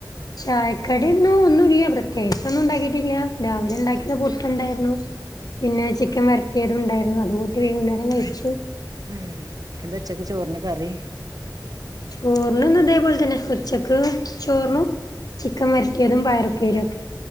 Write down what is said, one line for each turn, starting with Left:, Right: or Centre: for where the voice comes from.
Left: ചായക്കടിന്നും ഒന്നുല്ല പ്രത്യേകിച്ചൊന്നും ഉണ്ടാക്കിയിട്ടില്ല രാവിലെ ഉണ്ടാക്കിന്ന പുട്ടുണ്ടായിരുന്നു പിന്നെ ചിക്കൻ
Right: ആഹ്
Left: വരട്ടിയതും ഉണ്ടായിരുന്നു അത് കുടി വൈകുന്നേരം കയിച്ചു
Right: ഉം എന്താ ഉച്ചക്ക് ചോറിന് കറി
Left: ചോറിന്ന് ഇന്നിതേപോലെത്തന്നെ ഉച്ചക്ക് ചോറും ചിക്കൻ വരട്ടിയതും പയറുപ്പേരിം ഒക്കെ